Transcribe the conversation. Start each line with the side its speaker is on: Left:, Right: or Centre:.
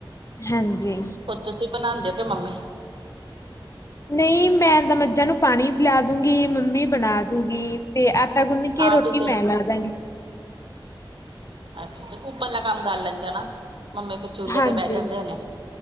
Left: ਹਾਂਜੀ।
Right: ਹੋਰ ਤੁਸੀਂ ਬਣਾਦੇ ਹੋ ਕਿ ਮੰਮੀ?
Left: ਨਹੀਂ ਮੈਂ ਤਾਂ ਮੱਝਾਂ ਨੂੰ ਪਾਣੀ ਪਿਲਾ ਦੂਗੀ, ਮੰਮੀ ਬਣਾ ਦੂਗੀ ਤੇ ਆਟਾ ਗੁੰਨ ਕੇ,
Right: ਆਹ
Left: ਰੋਟੀ
Right: ਤੁਸੀਂ
Left: ਮੈਂ ਲਾ ਦਾਗੀ।
Right: ਅੱਛਾ, ਉੱਪਰਲਾ ਕੰਮ ਕਰ ਲੈਂਦੇ ਨਾ, ਮੰਮੀ ਫਿਰ ਚੁੱਲੇ
Left: ਹਾਂਜੀ
Right: ਤੇ ਬਹਿ ਜਾਂਦੇ ਹੋਣੇ।